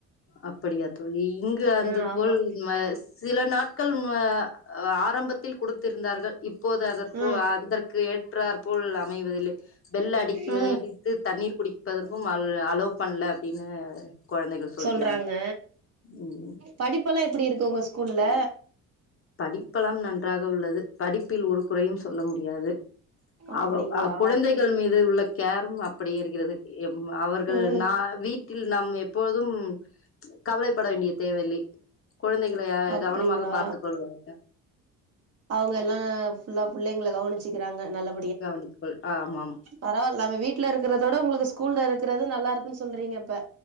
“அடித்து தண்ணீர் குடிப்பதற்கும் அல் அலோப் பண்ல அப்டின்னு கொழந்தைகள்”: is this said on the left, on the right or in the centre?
Left